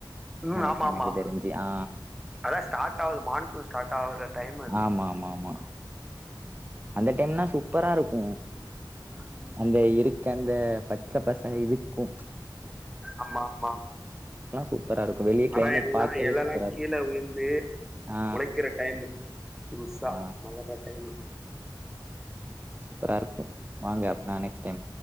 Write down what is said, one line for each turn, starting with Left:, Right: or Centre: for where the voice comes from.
Centre: ம்
Right: அன்னக்கி
Centre: ஆமா
Right: எனக்கு
Centre: ஆமா
Right: தெரிஞ்சு ஆ
Centre: அதா ஸ்டார்ட் ஆவுது மான்சூன் ஸ்டாட்டாவுற டைமு
Right: ஆமாமாமா அந்த டைம்னா சூப்பராருக்கு
Centre: ம் ம்
Right: அந்த இருக்கந்த பச்ச பச இருக்கு
Centre: ஆமாமா
Right: சூப்பரா இருக்கு வெளிய
Centre: மரோ
Right: கிளைமேட்
Centre: எல்லா
Right: பாக்கவே
Centre: எலல்லா
Right: சூப்பரா
Centre: கீழ
Right: இருக்கு
Centre: விழுந்து
Right: ஆ
Centre: மொளைக்கிற டைமு புதுசா
Right: ஆ
Centre: மலர்ற டைமு
Right: சூப்பராருக்கு வாங்க அப்பனா நெக்ஸ்ட் டைம்